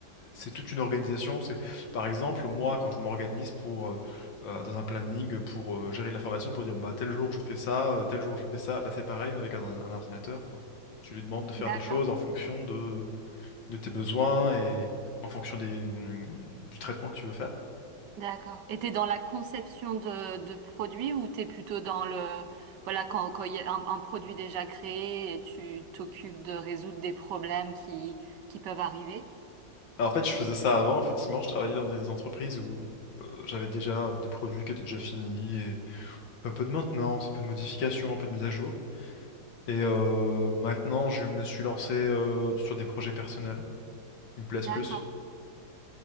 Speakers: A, on the left; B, on the right.
A: c'est toute une organisation. C'est par exemple moi quand je m'organise pour euh, euh, dans un planning pour euh, gérer de l'information pour dire bah tel jour je fais ça, euh, tel jour je fais ça, bah c'est pareil mais avec un, un ordinateur quoi. Tu lui demandes de faire
B: D'accord.
A: des choses en fonction de, de tes besoins et en fonction des, hum, du traitement que tu veux faire.
B: D'accord. Et t'es dans la conception de, de produits ou t'es plutôt dans le, voilà, quand, quand il y a un, un produit déjà créé et tu t'occupes de résoudre des problèmes qui, qui peuvent arriver?
A: Alors, en fait, je faisais ça avant, effectivement, je travaillais dans des entreprises où euh, j'avais déjà des produits qui étaient déjà finis et un peu de maintenance, un peu de modification, un peu de mise à jour. Et euh, maintenant, je me suis lancé euh, sur des projets personnels qui me plaisent
B: D'accord.
A: plus.